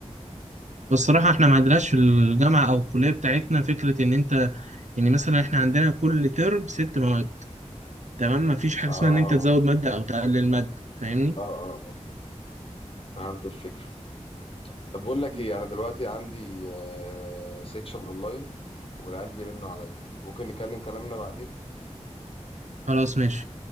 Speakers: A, on the right; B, on the left.
A: بس الصراحة
B: فاهم؟
A: احنا ما عندناش في الجامعة أو الكلية بتاعتنا فكرة إن أنت يعني مثلا احنا عندنا كل ترم ست مواد تمام ما فيش حاجة
B: آه
A: اسمها إن أنت تزود مادة أو تقلل مادة فاهمني
B: آه آه آه. فهمت الفكرة طب بقول لك
A: مم.
B: إيه أنا دلوقتي عندي آه سيكشن أونلاين والعيال بيرنوا عليا ممكن نكلم كلامنا بعدين
A: خلاص ماشي